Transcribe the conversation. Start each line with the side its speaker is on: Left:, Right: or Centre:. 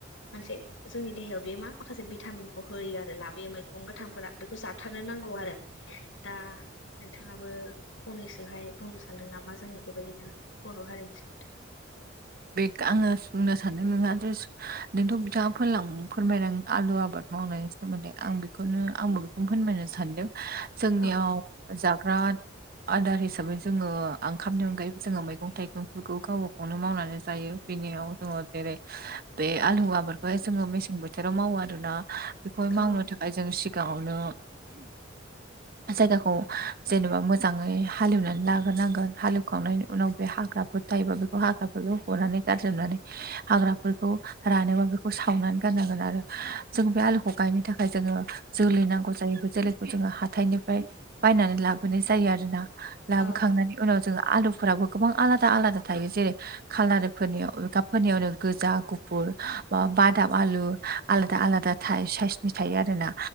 Left: मोनसे जोंनि देहायाव बे मा माखासे भिटामिनखौ होयो आरो लाबोयो मैगं गोथांफोरा बेखौ जाथारनो नांगौ आरो। दा नोंथाङाबो फंनैसोहाय बुंनो सानदों नामा जों बेबायदिनो फा <unintelligible>
Right: बे आङो बुंनो सानदों नोंहाथ' नोंथ' बिथाङा फोनलां फोरमायदों आलु आबाद। मावनायनि सोमोन्दै आं बेखौनो आंबो बेखौनो फोनमायनो सानदों जोंनियाव
Left: औ
Right: जाग्रा आ आदार हिसाबै जोङो आंखामनि अनगायैबो जोङो मैगं थाइगंफोरखौ गावो वनो मावनानै जायो बेनियाव जोङो बेरै बे आलु आबादखौहाय जोङो मेसें बोथ थोराव मावो आरोना बेखौ
Left: औ
Right: मावनो थाखाय जों सिगाङावनो जायगाखौ जेनेबा मोजाङै हालेवनानै लाग्रोनांगोन, हालेवखांनायनि उनाव बे हाग्रा फोर थायोबा बेखौ हाग्राफोरखौ हनानै गारजोबनानै हाग्राफोरखौ रानोबा बेखौ सावनानै गाननांगोन आरो जों बे आलुखौ गायनो थाखाय जोङो जोलै नांगौ जायो बे जोलैखौ जोङो हाथाइनिफ्राय बायनानै लाबोनाय जा लाबोखांनायनि
Left: औ
Right: उनाव जोङो आलुफोराबो गोबां आलादा आलादा थायो जेरै खालारिफोरनियाव गाबफोरनियावनो गोजा गुफुर बा बादाब आलु। आलादा आलादा था साइसनि थायो आरोना